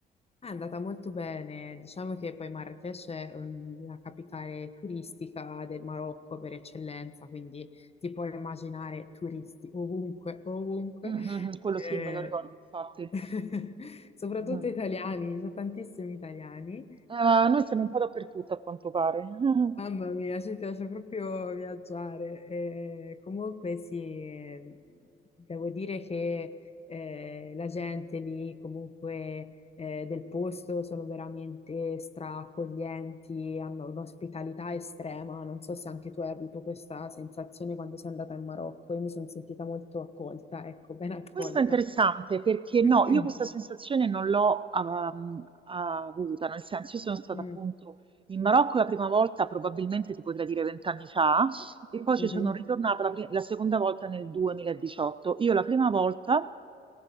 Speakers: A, on the left; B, on the right.
A: È andata molto bene, diciamo che poi Marrakech è mm, la capitale turistica del Marocco per eccellenza, quindi ti puoi immaginare turisti ovunque, ovunque,
B: Mhm, quello
A: Eh,
B: sì, me lo ricordo infatti.
A: <laughs> soprattutto
B: Mm.
A: italiani, ci sono tantissimi italiani.
B: Eh, ma noi siamo un po' dappertutto a quanto pare. <laughs>
A: Mamma mia, ci piace proprio viaggiare. Eh, comunque sì, devo dire che eh, la gente lì, comunque eh, del posto, sono veramente straaccoglienti, hanno un'ospitalità estrema. Non so se anche tu hai avuto questa sensazione quando sei andata in Marocco. Io mi sono sentita molto accolta, ecco, ben accolta.
B: Questo è interessante perché
A: <clears throat>
B: no, io questa sensazione non l'ho um, avuta, nel senso io sono stata
A: Mm,
B: appunto in Marocco la prima volta, probabilmente ti potrei dire vent'anni fa, e poi
A: mhm,
B: ci sono ritornata la, pri- la seconda volta nel 2018. Io la prima volta,